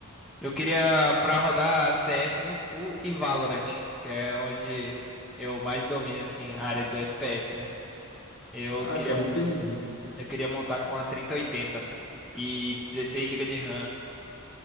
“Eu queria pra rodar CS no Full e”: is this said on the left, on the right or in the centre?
Centre